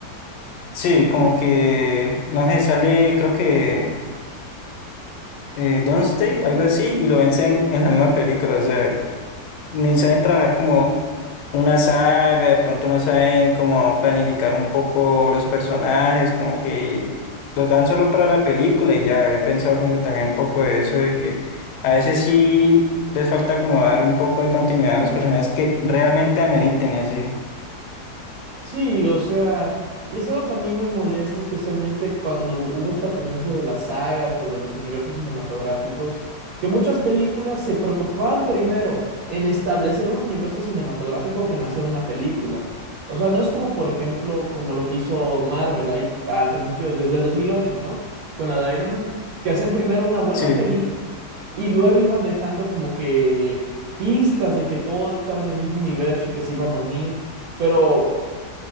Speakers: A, on the left (about 80°); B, on the right (about 65°).
A: Sí, como que, no sé, sale, creo que eh, Stay algo así, y lo vencen en la misma película, o sea. ni saben trabajar como una saga, de pronto no saben cómo planificar un poco los personajes, como que los dan solo para la película y ya he pensado como que también un poco de eso, de que a veces sí les falta como dar un poco de continuidad a los personajes que realmente ameriten y así.
B: Sí, o sea, y es algo que a mí me molesta, especialmente cuando hubo esta tendencia de las sagas o de los universos cinematográficos, que muchas películas se preocupaban primero en establecer un universo cinematográfico que en hacer una película. O sea, no es como, por ejemplo, como lo que hizo Marvel ahí a principio, desde el dos mil ocho ¿no? Con la de Iron Man, que hacían primero una buena
A: Sí,
B: película y luego iban dejando como que pistas de que todo estaba en el mismo universo y que se iban a unir. Pero